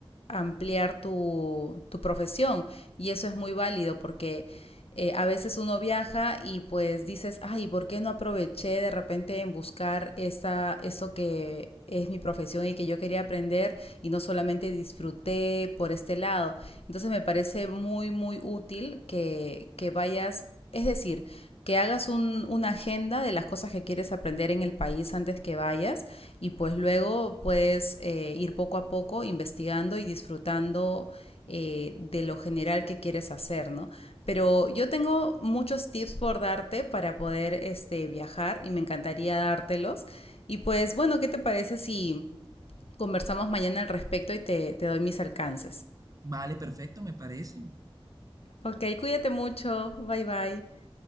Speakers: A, on the left; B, on the right.
A: ampliar tu, tu profesión y eso es muy válido porque eh, a veces uno viaja y pues dices, ay, ¿por qué no aproveché de repente en buscar esa, eso que es mi profesión y que yo quería aprender y no solamente disfruté por este lado? Entonces me parece muy, muy útil que, que vayas, es decir, que hagas un, una agenda de las cosas que quieres aprender en el país antes que vayas y pues luego puedes eh, ir poco a poco investigando y disfrutando eh, de lo general que quieres hacer, ¿no? Pero yo tengo muchos tips por darte para poder este, viajar y me encantaría dártelos. Y pues bueno, ¿qué te parece si conversamos mañana al respecto y te, te doy mis alcances?
B: Vale, perfecto, me parece.
A: Ok, cuídate mucho. Bye bye.